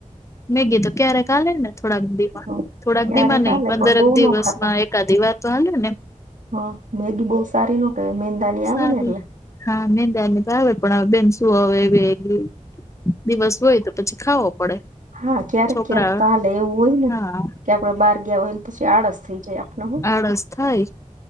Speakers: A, on the left; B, on the right.
A: મેગી તો ક્યારેક હાલે ને થોડાક દીમાં
B: હ
A: થોડાક
B: ક્યારેક
A: દીમા નઈ
B: આલે
A: પંદરક
B: પણ બહુ
A: દિવસમાં?
B: ન ખાતા
A: કાદી વાર તો આલેને?
B: હા મેગી બહુ સારી નો કેવાય મેંદા ની આવે
A: સારી
B: ને એટલે.
A: હા મેંદાની તો આવે પણ બેન શું હવે એવી? દિવસ હોય તો પછી ખાવો પડે.
B: હા ક્યારેક
A: છોકરા
B: ક્યારેક તો હાલે એવું હોય ને
A: હા
B: કે આપડે બહાર ગયા હોય ને પછી આળસ થઈ જાય આપણ હુ
A: આળસ થાય